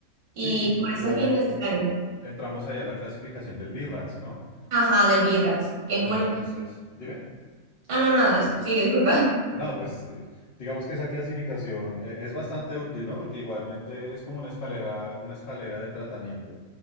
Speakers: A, on the right; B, on the left.
A: Y
B: sí,
A: por
B: igual
A: eso es que
B: ahí
A: es innecesario.
B: entramos ahí a la clasificación del BIRATS, ¿no?
A: Ajá, del birrax, que es
B: Entonces,
A: muy...
B: dime.
A: Ah, no, nada, sigue, disculpa.
B: No, pues eh, digamos que esa clasificación eh, es bastante útil, ¿no? Porque igualmente es como una escalera, una escalera de tratamiento.